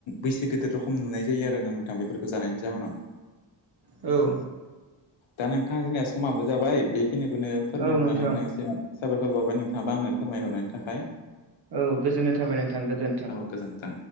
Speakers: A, on the left (about 80°); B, on the right (about 55°).
A: बैसो गिदिर रखम नुनाय जायो आरोना नोंथां बेफोरखौ जानायनि जाहोनाव।
B: औ
A: दा नोंथां जोंनिया समाबो जाबाय बेखिनिखौनो फोरमायहरना
B: औ नोंथां
A: नोंथांसिम साबायखर बावबाय नोंथाङाबो आंनो फोरमायहरनायनि थाखाय।
B: औ गोजोननाय थाबाय नोंथां गोदोनथों
A: औ
B: नोथां।
A: गोजोन्थों।